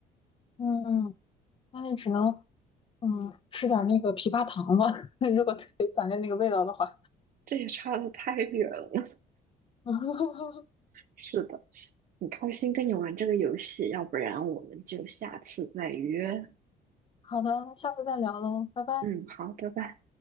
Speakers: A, on the left; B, on the right.
A: 嗯，那你只能嗯吃点儿那个枇杷糖吧，<laughs> 如果特别想念那个味道的话。
B: 这也差的太远了。<laughs>
A: <laughs>
B: 是的，很开心跟你玩这个游戏，要不然我们就下次再约。
A: 好的，那下次再聊喽，拜拜。
B: 嗯，好，拜拜。